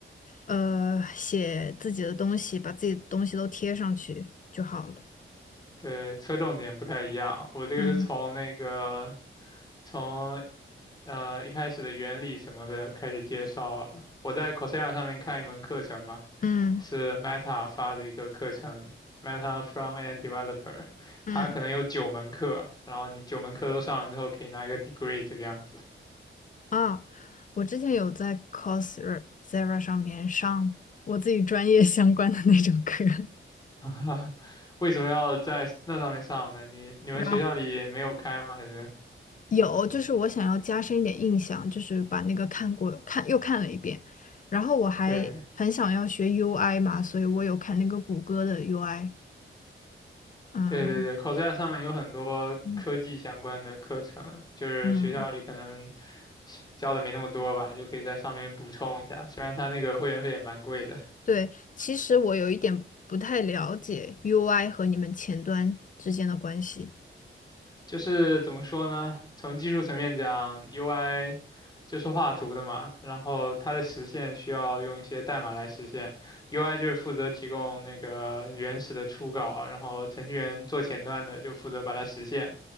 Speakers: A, on the left; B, on the left.
A: 呃，写自己的东西，把自己的东西都贴上去就好了。
B: 对，侧重点不太一样，我这个是从那个
A: 嗯
B: 从呃一开始的原理什么的开始介绍，我在 Coursera 上面看一门课程嘛，
A: 嗯
B: 是 Meta 发的一个课程，Meta f r o m a n d Developer，
A: 嗯，
B: 它可能有九门课，然后你九门课都上完之后，可以拿一个 degree 这个样子。
A: 啊，我之前有在 Coursera 上面上我自己专业相关的那种课，
B: <laughs> 为什么要在那上面上呢？你你们学校里没有开吗？
A: <laughs> 然后
B: 还是？
A: 有就是我想要加深一点印象，就是把那个看过看又看了一遍，然后我还很想要学
B: 对
A: UI 嘛，所以我有看那个谷歌的 UI，嗯
B: 对对对，Coursera 上面有很多科技相关的课程，
A: 嗯。
B: 就是学校里可能
A: 嗯
B: 教的没那么多吧，就可以在上面补充一下。虽然它那个会员费也蛮贵的。
A: 对，其实我有一点不太了解 UI 和你们前端之间的关系
B: 就是怎么说呢？从技术层面讲，UI 就是画图的嘛，然后它的实现需要用一些代码来实现，UI 就是负责提供那个原始的初稿，然后程序员做前端的就负责把它实现，